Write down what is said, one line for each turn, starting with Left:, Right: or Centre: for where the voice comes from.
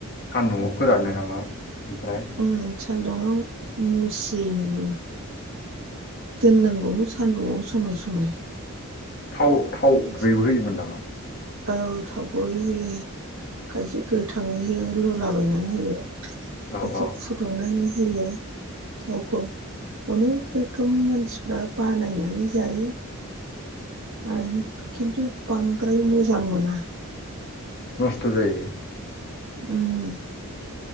Left: सान्दुंआव फोरानो नामा? ओमफ्राय
Right: उम सान्दुङाव मुसियैनि दोननांगौ सान्दुंआव समाय समाय।
Left: थाव-थाव
Right: एसे
Left: गुबैबो होयोमोन नामा?
Right: औ थाव गुबै होयो, खायसे गोथाङै होयो लुलाबायनानै होयो।
Left: औ
Right: एसे
Left: औ
Right: फुदुंनानै होयो। थावखौ अनेक रोखोम मानसिफ्रा बानायनानै जायो। आं खिन्थु बांद्राय मोजां मोना।
Left: नस्ट जायो।
Right: उम